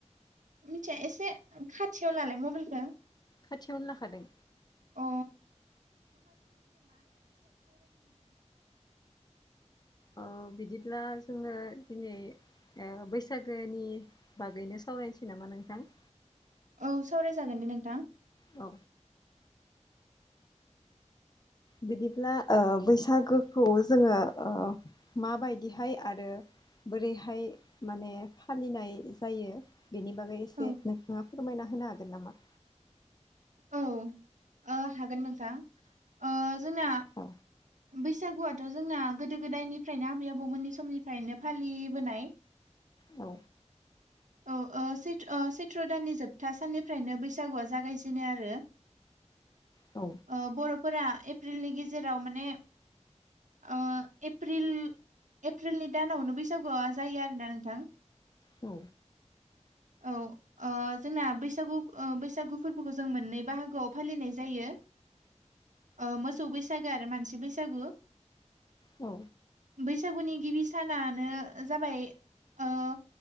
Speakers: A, on the right (about 85°); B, on the left (about 35°).
A: मिथिया एसे खाथियाव लालाय मबाइलखौ
B: खाथियावनो लाखादों
A: अ
B: ओ बिदिब्ला जोङो दिनै ओ बैसागोनि बागैनो सावरायनोसै नामा नोंथां
A: औ सावरायजागोन दे नोंथां
B: औ बिदिब्ला ओ बैसागोखौ जोङो ओ माबायदिहाय आरो बोरैहाय माने फालिनाय जायो बेनि बागै एसे
A: औ
B: नोंथाङा फोरमायना होनो हागोन नामा
A: औ ओ हागोन नोंथां ओ जोंना
B: औ
A: बैसागुआ दाथ' जोंना गोदो गोदायनिफ्रायनो आबै आबौमोननि समनिफ्रायनो फालिबोनाय
B: औ
A: औ ओ चैत्र ओ चैत्र दाननि जोबथा साननिफ्रायनो बैसागुवआ जागायजे जेनो आरो
B: औ
A: ओ बर'फोरा एप्रिलनि गेजेराव माने ओ एप्रिल एप्रिलनि दानावनो बैसागुआ जायो आरोना नोंथां
B: औ
A: औ ओ जोंना बैसागु ओ बैसागु फोरबोखौ जों मोननै बाहागोआव फालिनाय जायो ओ मोसौ बैसागो आरो मानसि बैसागु
B: औ
A: बैसागुनि गिबि सानानो जाबाय ओ